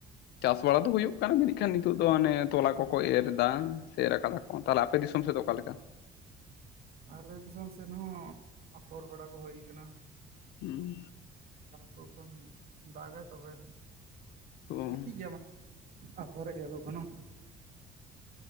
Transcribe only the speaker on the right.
ᱟᱞᱮ ᱫᱤᱥᱚᱢ ᱥᱮᱱ ᱦᱚᱸ ᱟᱯᱷᱚᱨ ᱵᱟᱲᱟ ᱠᱚ ᱦᱳᱭ ᱠᱟᱱᱟ᱾
ᱫᱚ ᱠᱚ ᱠᱷᱚᱱ ᱫᱟᱜ ᱜᱟᱭ ᱛᱚᱵᱮ
ᱠᱟᱹᱴᱤᱡ <unintelligible> ᱟᱯᱷᱚᱨ ᱮᱜ ᱜᱮᱭᱟ ᱠᱚ ᱮᱠᱷᱚᱱᱳ᱾